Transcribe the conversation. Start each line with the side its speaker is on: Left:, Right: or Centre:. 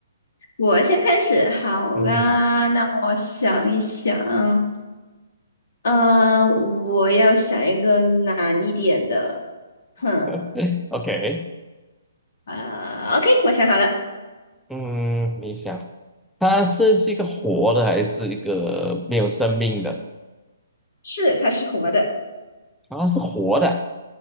Left: 我先开始，好啊，
Centre: 嗯哼
Left: 那我想一想，呃，我要想一个难一点的，哼，
Centre: <laughs>，OK。
Left: 啊、o k 我想好了，
Centre: 嗯，你想，它是是一个活的还是一个没有生命的？
Left: 是，它是活的，
Centre: 啊，是活的。